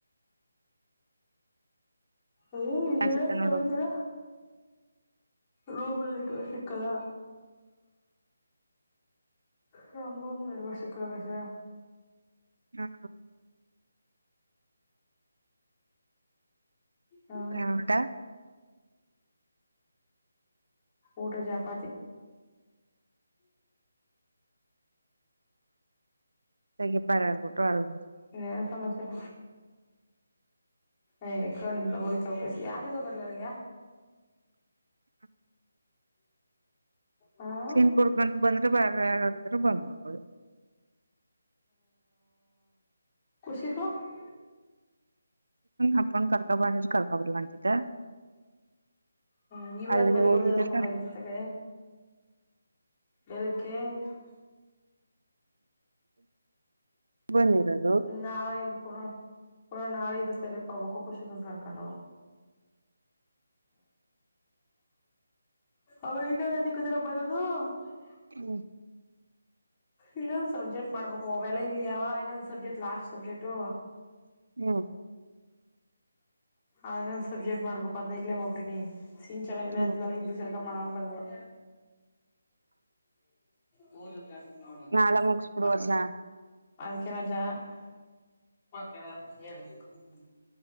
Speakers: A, on the left; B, on the right.
A: ಏ ಇಲ್ಲರ
B: ಅನ್ಸುತ್ತ
A: ಸಮಾಚಾರ
B: ನೋಡು
A: ರೂಬಲ್ಲಿ ಇಟ್ಟುವ ಸಿಕ್ಕದ ನಮ್ ರೂಮಲ್ಲಿ ಎವ ಶಿಲಾಗಿಸ
B: ಹಾ
A: ಹಾ
B: ಎಟಾ
A: ಊಟ ಚಪಾತಿ
B: ತೆ ಬಾರ ಆಗ್ಬಿಟ್ಟು ಆರ್
A: ಇನ್ನೇನು ಸಮಾಚರ ಏ್ ಕಣ್ಣು ಉರಿತವ ತಗಕಸ ಯ್ಯದ ಬರ್ಲಳಗ
B: <inaudible>
A: ಹಾ
B: ಸನ್ ಕುುಡ್ಗಂ ಬಂದ್ರೆ ಬಾ ಆಡ್ತ ಬಂದ್ಬಿಡ್ಬೋದು <unintelligible>
A: ಕುಸಿಕ <inaudible>
B: ಅಪ್ಪನ ಕರ್ಕೊಂಬಾ ಅಂದರ ಕರ್ಕೊಂಬರಲ್ಲ ಅಂತಿದ್ದೆ.
A: ಹ್ಮ್ ಇವಾದ
B: ಅಲ್ಲಿಗೆ
A: ಬೆಳಿಗ್ಗೆ
B: ಹೋಗಿದ್ದ
A: ಬಂದರದ ಕಂಬರಗತಿ ತಗ ಬೆಳಗೆ <unintelligible>
B: ಬಂದಿರದು <inaudible>
A: ನಾಳೆ ಇದು ಪುನ ಪುನಃ ನಾಳೆ ಇದು ತಕ ನಮಕ ಖುಷಿನುಕರಕೊಂಡು.
B: ಹಾ <inaudible>
A: ಅವಳ ಇನ್ನ ತಿಕ್ಕಿದರಮ್ಮನದು <unintelligible>
B: ಹ್ಮ್ <inaudible>
A: ಇನ್ನೊಂದುಸಬ್ಜೆಕ್ಟ್ ಮಾಡ್ಬೇಕು. ಓವೆಲ್ಲ ಇಲ್ಲಿಯ <unintelligible> ಅವ ಇನ್ನೊಂದ್ ಸಬ್ಜೆಕ್ಟ್ ಲಾಸ್ಟ್ ಸಬ್ಜೆಕ್ಟು.
B: ಹ್ಮ್
A: ಆಂದ್ ಸಬ್ಜೆಕ್ಟ್ ಮಾಡ್ಬೇಕು ಅದ ಇಲ್ಲೇ ಮಗ್ರಿನಿ ಸನ್ ಚನ್ನ ಇಲ್ಲ
B: ಹ್ಮ್
A: <unintelligible> ಸರಕ ಮಾಡ ಬಂದ <inaudible> ಹಓದ ಕಸ ನೋಡ್ಬೇಕ
B: ನಾಳ
A: ನಾನು
B: ಮುಗಸ್ಬಿಡುವದ್ನ
A: ಬಾ <unintelligible> ಅದಕ್ಕೆ ರಜಾ <unintelligible>